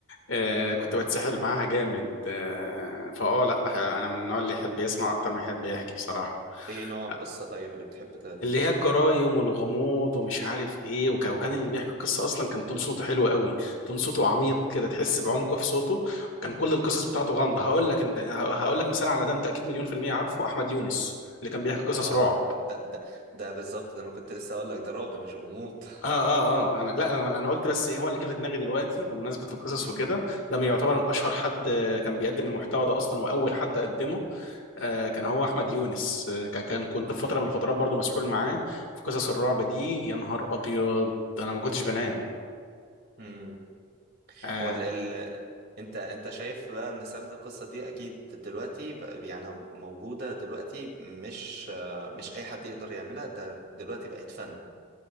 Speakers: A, on the left; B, on the right.
A: آه
B: مم.
A: كنت بتسحل معاها جامد آه فاه لا بح- انا من النوع اللي يحب يسمع اكتر ما يحب يحكي بصراحه
B: ايه نوع القصة
A: آه،
B: طيب اللي بتحب ت-
A: اللي
B: تسمع
A: هي الجرايم والغموض ومش عارف ايه وك- وكان اللي بيحكي القصه اصلا كان تون صوته حلو قوي تون صوته عميق كده تحس بعمقه في صوته وكان كل القصص بتاعته غامضه هقول لك انت هقول لك مثال على ده انت اكيد مليون في الميه عارفه احمد يونس اللي كان بيحكي قصص
B: اه
A: رعب
B: ده ده ده بالظبط ده انا كنت لسه اقول لك ده رعب مش غموض
A: اه اه اه انا لا انا انا قلت بس ايه هو اللي جه في دماغي دلوقتي بمناسبه
B: <laughs>
A: القصص
B: امم
A: وكده ده من يعتبر من اشهر حد آه، كان بيقدم المحتوى ده اصلا واول حد قدمه آه، كان هو احمد يونس آه، كان كان كنت في فتره من الفترات برضو مسحول معاه في قصص الرعب دي يا نهار ابيض انا ما كنتش بنام
B: امم
A: آه
B: وال ال... انت انت شايف بقى ان سرد القصه دي اكيد دلوقتي بقى- يعني موجوده دلوقتي مش آه، مش اي حد يقدر يعملها ده دلوقتي بقت فن